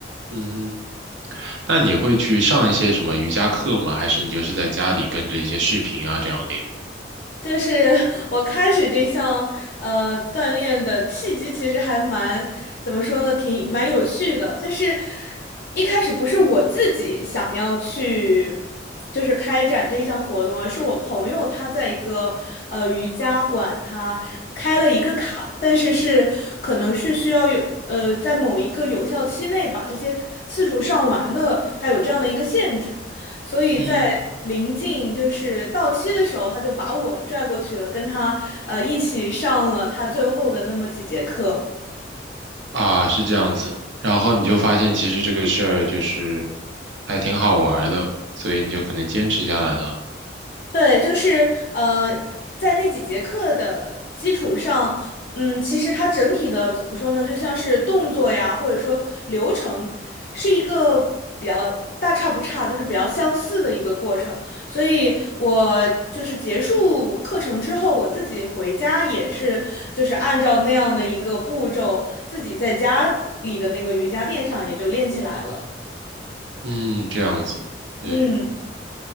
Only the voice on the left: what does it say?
就是我开始这项呃锻炼的契机，其实还蛮怎么说呢，挺蛮有趣的。就是一开始不是我自己想要去，就是开展这项活动啊，是我朋友他在一个呃瑜伽馆，他开了一个卡，但是是可能是需要有呃在某一个有效期内把这些次数上完的，他有这样的一个限制。所以在临近就是到期的时候，
他就把我拽过去了，跟他呃一起上了他最后的那么几节课。
对，就是呃，在那几节课的基础上，嗯，其实它整体的怎么说呢，就像是动作呀，或者说流程，是一个比较大差不差，就是比较相似的一个过程。所以我就是结束课程之后，我自己回家也是，就是按照那样的一个步骤，自己在家里的那个瑜伽垫上也就练起来了。
嗯。